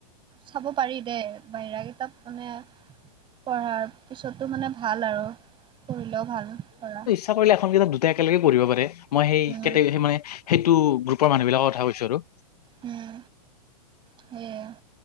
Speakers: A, on the right; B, on the left.
A: চাব পাৰি দেই বাহিৰা কিতাপ মানে পঢ়াৰ পিছতো মানে ভাল আৰু পঢ়িলেও ভাল পঢ়া
B: মন কৰিলে এখন কিতাপ দুটাই একেলগে পঢ়িব পাৰে মই সেই
A: উম
B: কেটেগৰি মানে সেইটো গ্ৰুপৰ মানুহবিলাকৰ কথা কৈছো আৰু
A: উম সেয়ে